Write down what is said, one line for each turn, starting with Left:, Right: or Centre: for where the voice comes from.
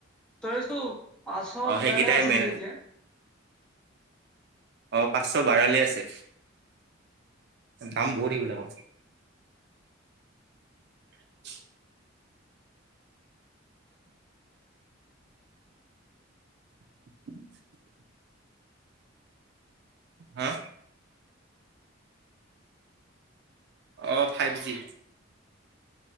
Centre: তইতো। <unintelligible> পাছশ
Right: অ
Centre: কিবালে
Right: সেইকেইটাই
Centre: আছে
Right: মেইন
Centre: এতিয়া।
Right: অ পাঁচশ বাৰলৈ আছে দাম বহুত সেইবিলাকৰ। । <inaudible> । <inaudible> সা। অঁ five জি।